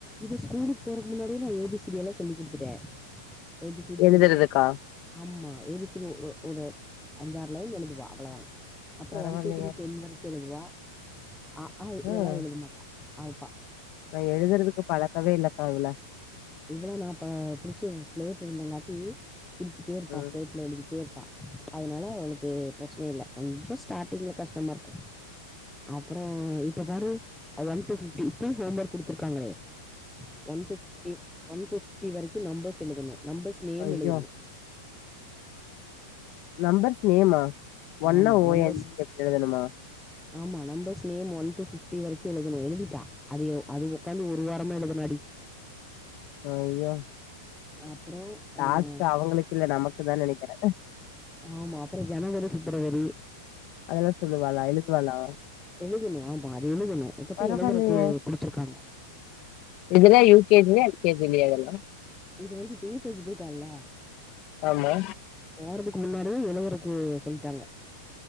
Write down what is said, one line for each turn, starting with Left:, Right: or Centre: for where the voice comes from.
Centre: இவ ஸ்கூலுக்கு போறக்கு முன்னாடியே நா ஏ பி சி டி எல்லா சொல்லி குடுத்துட்டே. ஏ பி சி டி
Left: எழுதுறதுக்கா
Centre: சொல்லி குடுத்துட்டே. ஆமா ஏ பி சி டி ஒரு ஒரு அஞ்சாறு லைன் எழுதுவா அவ்ளதா. அப்புறோ
Left: பரவாயில்லையே
Centre: ஒன் டூ த்ரீ டென் வரைக்கு எழுதுவா. அ ஆ இ ஈ
Left: ம்
Centre: எல்லா எழுதமாட்டா. அவுப்பா
Left: நா எழுதுறதுக்கு பழக்கவே இல்லக்கா இவள.
Centre: இவ்ள நா ப புடிச்சு ஸ்லேட் எழுதங்காட்டி கிருக்கிட்டே இருப்பா
Left: ம்
Centre: ஸ்லேட்ல எழுதிட்டேருப்பா. அதுனால அவுளுக்கு பிரச்சனை இல்ல கொஞ்ச ஸ்டாட்டிங்ல கஷ்டமாருக்கு. அப்புறோ இப்ப பாரு அது ஒன் டூ ஃபிஃப்டி இப்பியு ஹோம் ஒர்க் குடுத்துருக்காங்களே. One two fifty one fifty வரைக்கு நம்பஸ் எழுதுணு நம்பஸ் நேம்
Left: ஐயோ
Centre: எழுதுணு.
Left: நம்பர்ஸ் நேமா ஒன்னா
Centre: ஆமா
Left: ஓ
Centre: நம்பர்ஸ்
Left: என் இ அப்டி எழுதணுமா?
Centre: ஆமா numbers name one two fifty வரைக்கு எழுதணு எழுதிட்டா. அதயு அது ஒக்காந்து ஒரு வாரமா எழுதுனாடி.
Left: அய்யோ.
Centre: அப்புறோ
Left: டாஸ்க்கு
Centre: அ
Left: அவங்களுக்கு இல்ல நமக்கு தா நனைக்கிற
Centre: ஆமா அப்பற ஜனவரி பிப்ரவரி
Left: அதெல்லா சொல்லுவாளா எழுதுவாளா
Centre: எழுதணு ஆமா அது எழுதணு இப்பத்தா
Left: பரவாயில்லையே
Centre: எழுதறக்கு குடுத்துருக்காங்க
Left: இதெல்லா யூ கே ஜி யா எல் கே ஜி லயா அதெல்லா
Centre: இது வந்து இப்ப யூ கே ஜி போயிட்டால
Left: ஆமா
Centre: போறதுக்கு முன்னாடி எழுதறக்கு சொல்லிட்டாங்க